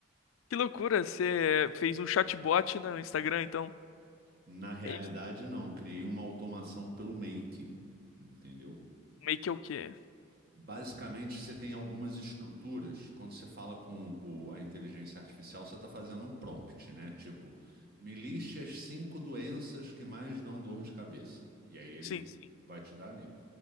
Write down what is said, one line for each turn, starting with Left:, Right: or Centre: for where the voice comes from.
Left: Que loucura, você fez um chatbot no Instagram, então?
Right: Na realidade,
Left: É isso?
Right: não, criei uma automação pelo Make, entendeu?
Left: Meio que é o quê?
Right: Basicamente, você tem algumas estruturas. Quando você fala com o- a inteligência artificial, você está fazendo um prompt, né? Tipo, me liste as cinco doenças que mais dão dor de cabeça. E aí ele
Left: Sim, sim.
Right: vai te dar ali.